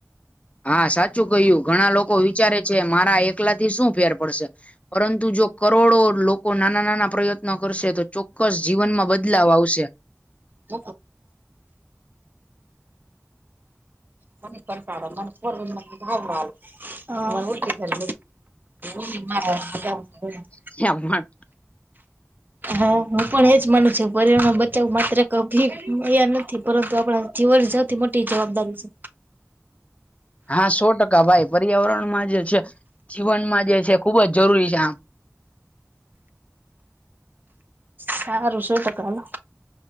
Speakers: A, on the left; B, on the right.
A: હા સાચું કહ્યું ઘણા લોકો વિચારે છે મારા એકલા થી શું ફેર પડશે પરંતુ જો કરોડો લોકો નાના નાના પ્રયત્ન કરશે તો ચોક્કસ જીવનમાં બદલાવ આવશે.
B: હ મને પણતાાડ મને ફડ મ ભાડા <unintelligible> હા <unintelligible>
A: જવ
B: હા હું પણ એજ માનું છું પરિવરણ બચાવું માત્ર કભી અયા નથી પરંતુ આપણા જીવન જત થી મ ટી જબદ છે.
A: હા સો ટકા ભાઈ પર્યાવરણમાં જે છે જીવનમાં જે છે ખુબ જ જરૂરી છે આમ
B: સારું શું ટકા